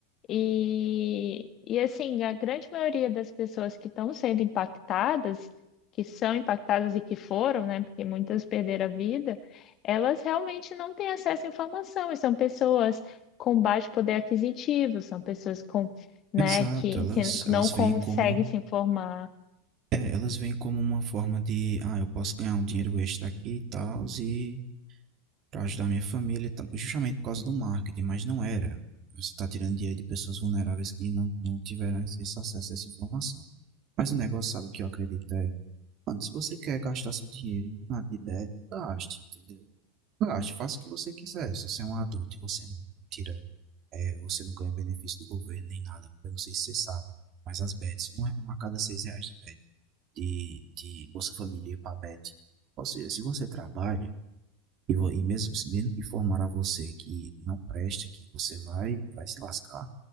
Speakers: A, on the left (about 45°); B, on the right (about 45°).
A: E, e assim, a grande maioria das pessoas que estão sendo impactadas, que são impactadas e que foram, né, porque muitas perderam a vida, elas realmente não têm acesso à informação, e são pessoas com baixo poder aquisitivo, são pessoas com, né,
B: exato.
A: que,
B: Elas,
A: que
B: elas
A: não
B: vêm
A: conseguem
B: como.
A: se informar.
B: É, elas vêm como uma forma de. Ah, eu posso ganhar um dinheiro extra aqui e tal, e pra ajudar minha família, e tal, justamente por causa do marketing, mas não era. Você tá tirando dinheiro de pessoas vulneráveis que não, não tiveram esse esse acesso a essa informação. Mas o negócio, sabe o que eu acredito? É, mano, se você quer gastar seu dinheiro em nada de bet, gaste, entendeu? Gaste, faça o que você quiser. Se você é um adulto e você não não tira é, você não ganha benefício do governo nem nada, porque eu não sei se você sabe, mas as bets, uma uma a cada seis reais de bet, de, de Bolsa Família para bet. Ou seja, se você trabalha, e, e mesmo, mesmo que informar a você que não presta, que você vai, vai se lascar,